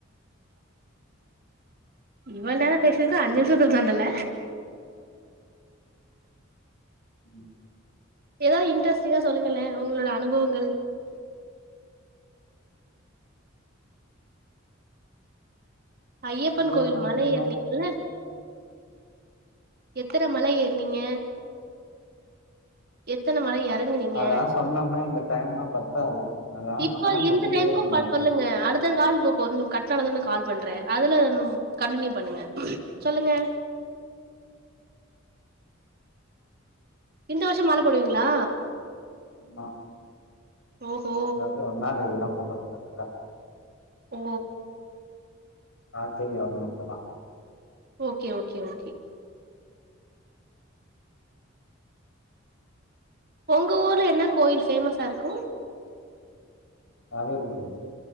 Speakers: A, on the right; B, on the left.
A: இவள் நேர பேசிருக்கோ அஞ்சு நிமிஷத்த தாண்டல
B: ம்
A: ஏதாது இன்ட்ரெஸ்ட்டிங்கா சொல்லுங்கள உங்களோட அனுபவங்கள் ஐயப்பன்
B: அனுபவத்த
A: கோவில் மல
B: என்ன
A: ஏற்னிங்கல எத்தன மல ஏற்னீங்க எத்தன மல எ றங்கனீங்க
B: அதா சொன்னோம்னா இந்த டைம்லா பத்தாது அதா
A: இப்போ
B: சொன்னா சொல்லிக்கிட்டே
A: இந்த டைமுக்கு
B: இருப்பனாரு
A: சொல்லுங்க அடுத் அடுத்த கால் கட்டாணது நா கால் பண்றே அதுல கண்டினியூ பண்ணுங்க சொல்லுங்க இந்த வருஷ மால போடுவீங்களா
B: ஆமா
A: ஓஹோ
B: இந்த வாட்டி ஒன்னாந் தேதிலா போட்டுறனு கரக்டா
A: ஓ
B: ஆ தெரிய வர்மா சொல்லா
A: ஓகே ஓகே ஓகே உங்க ஊர்ல என்ன கோயில் ஃபேமஸா இருக்கு
B: மாரியம்மன் கோவில்